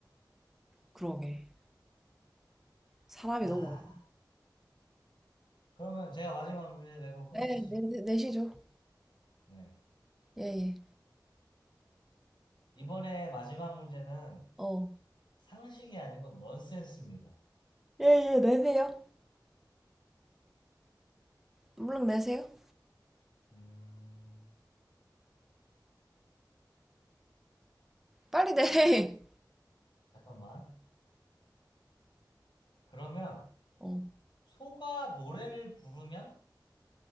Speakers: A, in the centre; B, on the left.
A: 그러게. 사람이
B: 아,
A: 너무
B: 그러면 제가 마지막 문제 내고 끝내시죠.
A: 많아. 예, 내, 내- 내시죠.
B: 네.
A: 예, 예.
B: 이번에 마지막 문제는
A: 어.
B: 상식이 아니고 넌센스입니다.
A: 예, 예, 내세요. 물론 내세요.
B: 음,
A: 빨리 내. <laughs>
B: 잠깐만. 그러면
A: 어.
B: 소가 노래를 부르면